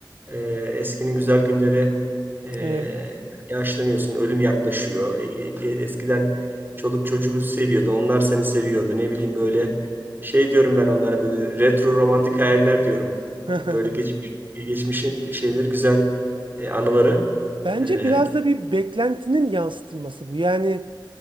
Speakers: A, on the right (about 25°); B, on the right (about 80°).
A: Ee, eskinin güzel günleri ee,
B: evet.
A: yaşlanıyorsun, ölüm yaklaşıyor. E- e- eskiden çoluk çocuğu seviyordun, onlar seni seviyordu. Ne bileyim böyle şey diyorum ben onlara böyle retro romantik hayaller diyorum.
B: <laughs>
A: Hep böyle geçmiş, geçmişin şeyleri güzel e, anıları
B: Bence
A: e,
B: biraz da bir beklentinin yansıtılması bu. Yani